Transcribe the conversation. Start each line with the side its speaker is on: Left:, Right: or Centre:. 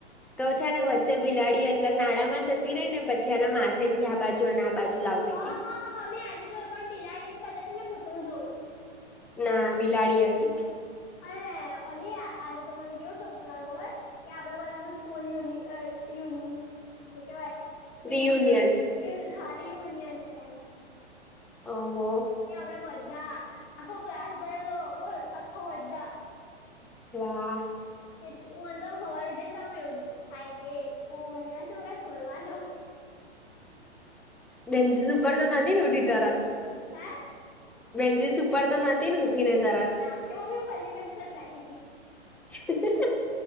Centre: તો ાને વચ્ચે બિલાડી અંદર નાળામાં જતી રહી ને પછી એના માથે થી આ બાજુ અને આ બાજુ લાવતી
Left: હા
Centre: હતી.
Left: હા હ હા મેં આજે જોયું પણ બિલાડી ની બદલે છે મેં કુતરું જોયું
Centre: ના બિલાડી હતી
Left: અ ઓલી આજે તો મને કેવું સપનું આવ્યું ખબર કે આપડે બધા ન સ્કૂલ યુન યુન શું કેવાય યુન
Centre: રિયુનિયન
Left: અન હારી યુનિયાન છે એમ
Centre: ઓહો
Left: આપડ બધા આખો ક્લાસ ભરેલો બોલ આખો બધા
Centre: હા
Left: એટ હું તો સવાર ઉઠી ને તો એવું થાય કે હું અહીિયાં છું કે સ્કૂલ માં છુ
Centre: બેન્ચ ઉ
Left: બોલ
Centre: પર તો નતી ને ઉઠી તાર
Left: હે
Centre: બેનચીસ ઉપર પાર તો નથી ને ઊઠી ને તારા
Left: <unintelligible> સાથે બેઠીતી
Centre: <inaudible>